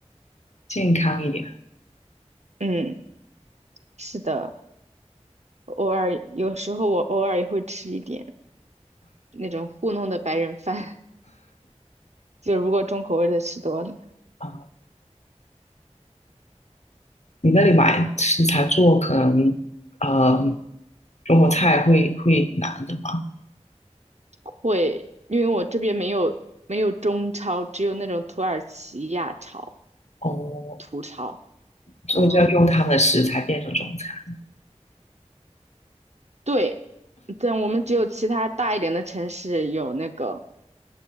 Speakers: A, on the left; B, on the right.
A: 健康一点。
B: 嗯，是的，偶尔有时候我偶尔也会吃一点那种糊弄的白人饭，<laughs> 就如果重口味的吃多了，
A: 啊，你那里买食材做可能，呃，中国菜会会难的嘛？
B: 会，因为我这边没有没有中超，只有那种土耳其亚超、
A: 哦，
B: 土超。
A: 所以就要用他们的食材变成中餐。
B: 嗯，对，但我们只有其他大一点的城市有那个